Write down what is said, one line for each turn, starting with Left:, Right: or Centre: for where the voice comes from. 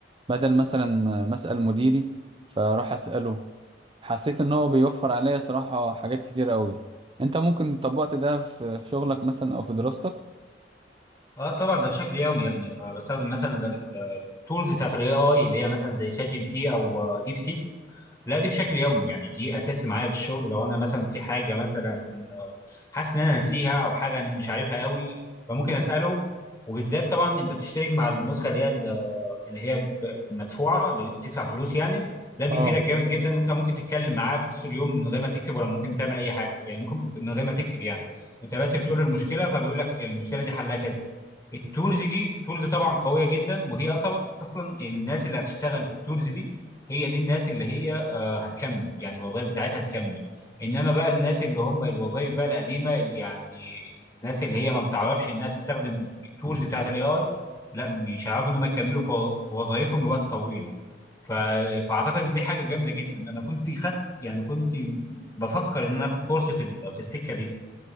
Right: بدل مثلا ما اسال مديري فاروح اساله حسيت ان هو بيوفر عليا صراحة حاجات كتير قوي انت ممكن طبقت ده في في شغلك مثلا او في دراستك
Left: اه طبعا ده بشكل يومي يا ابني انا بستخدم مثلا التولز بتاعت الاي اي اللي هي مثلا زي شات جي بي تي او ديب سيك لا دي بشكل يومي يعني دي اساسي معايا في الشغل لو انا مثلا في حاجه مثلا آه، حاسس ان انا ناسيها او حاجه انا مش عارفها قوي فممكن اساله وبالذات طبعا انت بتشترك مع النسخه اللي هي اللي هي ب- مدفوعه اللي بتدفع فلوس يعني ده بيفيدك
Right: اه
Left: جامد جدا ان انت ممكن تتكلم معاه في وسط اليوم من غير ما تكتب ولا ممكن تعمل اي حاجه يعني ممكن من غير ما تكتب يعني انت بس بتقول له المشكله فبيقول لك المشكله دي حلها كذا التولز دي التولز طبعا قويه جدا وهي اصلا اصلا الناس اللي هتشتغل في التولز دي هي دي الناس اللي هي هتكمل يعني الوظائف بتاعتها هتكمل انما بقى الناس اللي هم الوظائف بقى القديمه اللي يعني الناس اللي هي ما بتعرفش انها تستخدم التولز بتاعت الاي اي لا مش هيعرفوا ان هم يكملوا في وظ- في وظائفهم لوقت طويل ف... فاعتقد ان دي حاجه جامده جدا انا كنت خدت يعني كنت بفكر ان انا اخد كورس في ال... في السكه دي